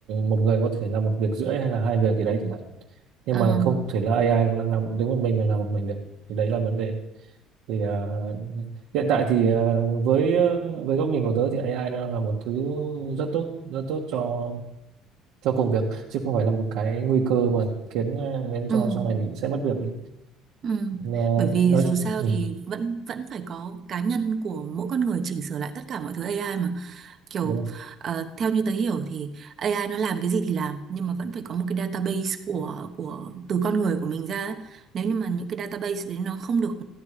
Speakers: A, on the right; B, on the right.
A: một người có thể làm một việc rưỡi hay là hai việc gì đấy chẳng hạn nhưng
B: à,
A: mà không thể là AI là- làm đứng một mình mà làm một mình được thì đấy là vấn đề thì ờ, hiện tại thì ờ, với ờ, với góc nhìn của tớ thì AI nó đang là một thứ rất tốt rất tốt cho cho công việc chứ không phải là một cái nguy cơ mà khiến ờ, khiến cho
B: ừ,
A: sau này mình sẽ mất việc đi
B: ừ.
A: Ờ,
B: Bởi vì
A: nói
B: dù sao
A: ừ,
B: thì vẫn vẫn phải có cá nhân của mỗi con người chỉnh sửa lại tất cả mọi thứ AI mà kiểu
A: đúng không?
B: ờ, theo như tớ hiểu thì AI nó làm cái gì thì làm nhưng mà vẫn phải có một cái database của của từ con người của mình ra ấy. nếu như mà những cái database đấy nó không được